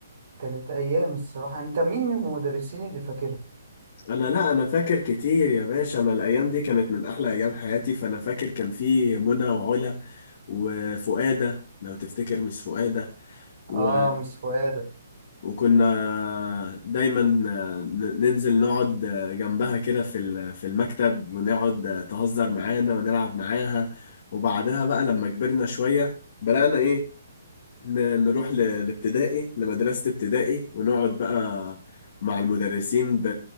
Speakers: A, on the right; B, on the left.
A: كانت ايام الصراحه انت مين من المدرسين اللي فاكرهم
B: انا لا انا فاكر كتير يا باشا انا الايام دي كانت من احلى ايام حياتي فانا فاكر كان في منى وعلا وفؤاده لو تفتكر مش فؤاده و...
A: اه مش فؤاد
B: وكنا دايما ن- ننزل نقعد جنبها كده في ال- في المكتب ونقعد تهزر معانا ونلعب معاها وبعدها بقى لما كبرنا شويه بدأنا ايه ن- نروح ل- لابتدائي لمدرسة ابتدائي ونقعد بقى مع المدرسين ب...